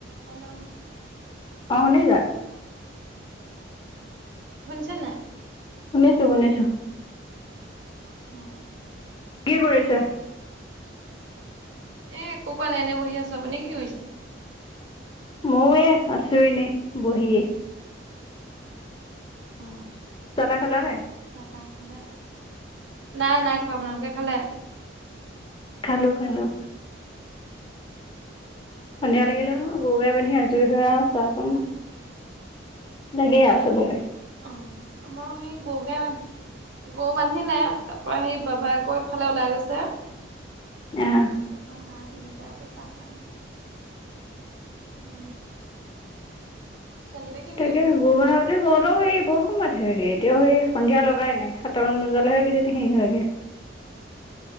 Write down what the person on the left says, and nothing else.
অ শুনিচা
শুনিছো শুনিছো।
কি কৰিছে?
ময়ো এ আছো এনে, বহি।
চাহ তাহ খালা নাই?
খালো খালো। সন্ধিয়া লাগিলে ন গৰু গাই বান্ধি আজৰি হৈ আহ চাহ খাম।
লাগে আৰু চবকে।
আহ
তাকে
গৰু বন্ধাবুলি কওঁতে সেই বহুত <unintelligible> এতিয়া সেই সন্ধিয়া লগাই নাই, সাতটামান বজালে হেৰ হেৰি হয়গে।